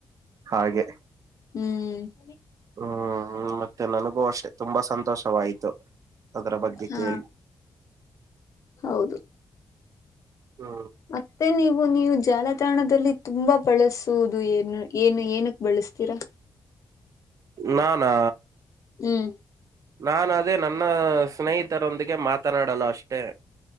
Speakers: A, on the right; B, on the left.
A: ಹಾಗೆ
B: ಹ್ಮ್
A: ಹ್ಮ್ ಮತ್ತೆ ನನಗೂ ಅಷ್ಟೆ ತುಂಬಾ ಸಂತೋಷವಾಯ್ತು ಅದರ ಬಗ್ಗೆ
B: ಹಾ
A: ಕೇಳಿ.
B: ಹೌದು
A: ಹ್ಮ
B: ಮತ್ತೆ ನೀವು ನೀವು ಜಾಲತಾಣದಲ್ಲಿ, ತುಂಬಾ ಬಳಸುವುದು ಏನು ಏನು ಏನಕ್ ಬಳಸ್ತೀರಾ.
A: ನಾನಾ...
B: ಹ್ಮ್
A: ನಾನು ಅದೇ ನನ್ನ ಸ್ನೇಹಿತರೊಂದಿಗೆ ಮಾತನಾಡಲು ಅಷ್ಟೆ.